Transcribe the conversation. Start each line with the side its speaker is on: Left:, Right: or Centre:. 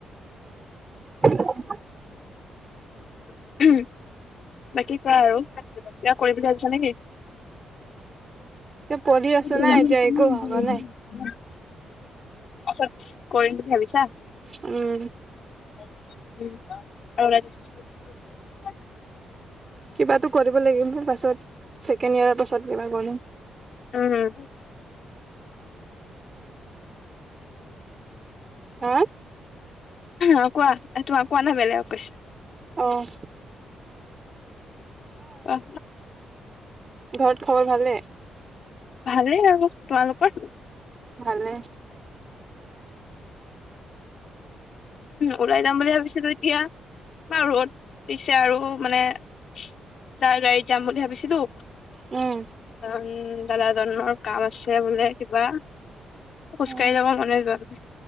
Right: <unintelligible>
Left: উম। <unintelligible> বাকী কোৱা আৰু কিবা কৰিম বুলি ভাবিছা নেকি!
Right: এতিয়া পঢ়ি আছো
Left: <unintelligible>
Right: না এতিয়া একো ভাবা নাই
Left: পাছত কৰিম বুলি ভাবিছা
Right: উম
Left: উম আৰু <unintelligible>
Right: কিবা এটা কৰিব লাগিব পাছত ছেকেণ্ড ইয়াৰৰ পাছত কিবা কৰিম
Left: উম <unintelligible>
Right: হা
Left: অঁ কোৱা তোমাক কোৱা নাই বেলেগ কৈছে।
Right: হয়।
Left: কোৱা
Right: ঘৰত খবৰ ভালে।
Left: ভালেই আৰু তোমালোকৰ।
Right: ভালে
Left: ওলাই যাম বুলি ভাবিছিলো এতিয়া ৰ'দ দিছে পিছে আৰু মানে যাৰ গাড়ীত যাম বুলি ভাবিছিলো
Right: উম
Left: উম দাদা ধৰনৰ কাম আছে বোলে কিবা খোজকাঢ়ি
Right: উ
Left: যাব মনে যোৱা নাই